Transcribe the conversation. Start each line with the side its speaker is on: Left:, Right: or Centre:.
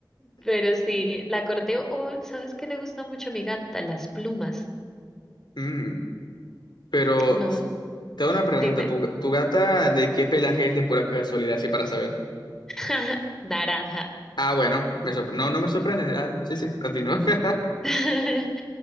Centre: pero sí, la correteo, o ¿sabes qué le gusta mucho a mi gata? Las plumas.
Left: mm, pero
Centre: No,
Left: s- te hago una pregunta.
Centre: dime.
Left: ¿Tu, tu gata de qué pelaje es de pura casualidad, así para saber?
Centre: <laughs> Naranja.
Left: Ah, bueno, me sorpre- no, no me sorprende. Ah, sí, sí, continúa. <laughs>
Centre: <laughs>